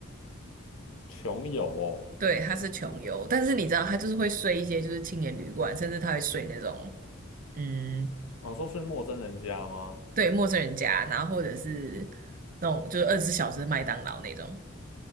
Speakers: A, on the left (about 80°); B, on the right (about 40°).
A: 穷游哦，
B: 对，他是穷游，但是你知道，他就是会睡一些就是青年旅馆，甚至他会睡那种嗯，
A: 哦，说是陌生人家吗？
B: 对，陌生人家，然后或者是那种就是二十四小时麦当劳那种。